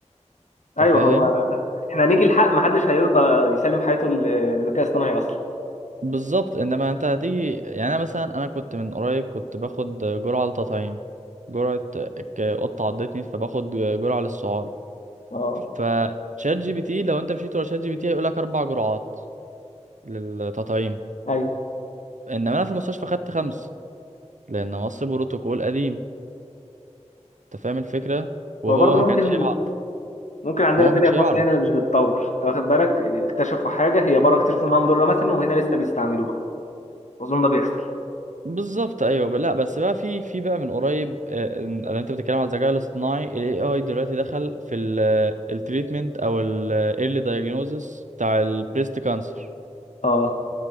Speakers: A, on the left (about 75°); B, on the right (about 85°).
A: ايوه
B: انت فاهم
A: هو احنا هنيجي الحق محدش هيرضى يسلم حياته لل- للذكاء الاصطناعي اصلا
B: بالظبط انما انت هتيجي يعني انا مثلا انا كنت من قريب كنت باخد جرعه للتطعيم جرعه ك- قطه عضتني فباخد جرعه للسعار
A: اه
B: فشات جي بي تي لو انت مشيت ورا شات جي بي تي هيقول لك اربع جرعات للتطعيم
A: ايوه
B: انما انا في المستشفى خدت خمس لان مصر بروتوكول قديم انت فاهم الفكرة وهو
A: هو برضه
B: ما
A: ممكن
B: كانش يعرف
A: ممكن عندنا
B: ما هو
A: الدنيا
B: ما كانش
A: في
B: يعرف
A: مصر هنا مش بتتطور انت واخد بالك اكتشفوا حاجه هي بره اكتشفوا انها مضره مثلا وهنا لسه بيستعملوها اظن ده بيحصل
B: بالظبط ايوه ب- لا بس بقى في في بقى من قريب آه، ان إن انت بتتكلم على الذكاء الاصطناعي ال AI دلوقتي دخل في التريتمنت او ال early diagnosis بتاع البريست كانسر
A: اه